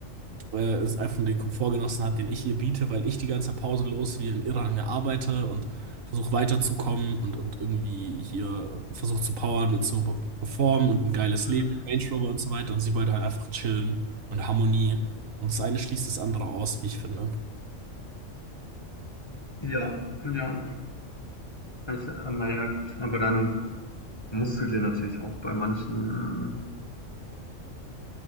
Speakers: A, on the right; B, on the left.
A: äh, es einfach den Komfort genossen hat, den ich ihr biete, weil ich die ganze Zeit pausenlos wie ein Irrer an ihr arbeite und versuche weiterzukommen und, und irgendwie hier versuche zu powern und zu be- performen und ein geiles
B: Mhm.
A: Leben, Range Rover und so weiter. Und sie wollte halt einfach chillen und Harmonie. Und das eine schließt das andere aus, wie ich finde.
B: Ja, ja. Kann Ich, äh, naja, gut. Aber dann musst du dir natürlich auch bei manchen, ähm,